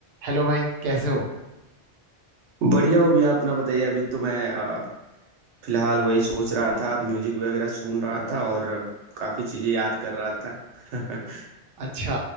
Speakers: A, on the right; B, on the right.
A: Hello भाई कैसे हो
B: बढ़िया हो भैया अपना बताइए अभी तो मैं अ, फिलहाल वही सोच रहा था म्यूजिक वगैरह सुन रहा था और काफी चीजें याद कर रहा था <laughs>
A: अच्छा